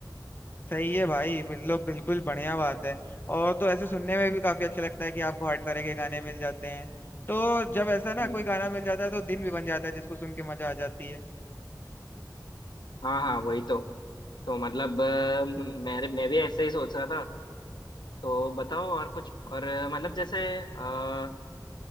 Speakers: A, on the left (about 30°); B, on the left (about 85°).
A: सही है भाई मतलब बिल्कुल बढ़िया बात है और तो ऐसे सुनने में भी काफी अच्छा लगता है कि आपको हर तरह के गाने मिल जाते हैं तो जब ऐसा ना
B: हम्म
A: कोई गाना मिल जाता है तो दिन भी बन जाता है जिसको सुन के मजा आ जाती है
B: हाँ हाँ वही तो तो मतलब अ, म- मेरे मैं भी ऐसे ही सोच रहा था तो बताओ और कुछ और अ, मतलब जैसे अ,